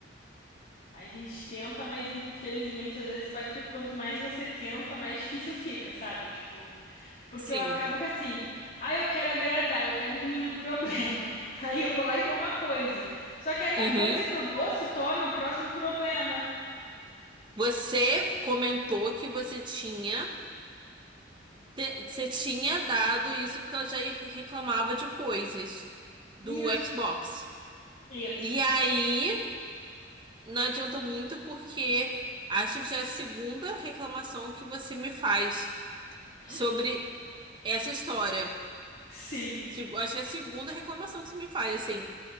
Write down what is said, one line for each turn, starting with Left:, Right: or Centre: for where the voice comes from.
Left: A gente tenta, mas infelizmente às vezes parece que quanto mais você tenta, mais difícil fica, sabe? Tipo, porque
Right: Sim.
Left: eu acabo que assim, ah, eu quero agradar, eu quero diminuir um problema. <laughs> Aí eu vou lá e dou uma coisa. Só que aí a
Right: Uhum.
Left: coisa que eu dou se torna o próximo problema.
Right: Você comentou que você tinha, te- você tinha dado isso porque ela já reclamava de coisas do
Left: Isso,
Right: Xbox.
Left: isso.
Right: E aí, não adiantou muito porque acho que já é a segunda reclamação que você me faz
Left: Hum,
Right: sobre essa história.
Left: Sim,
Right: Segu- Acho que é a segunda reclamação que você me faz, assim,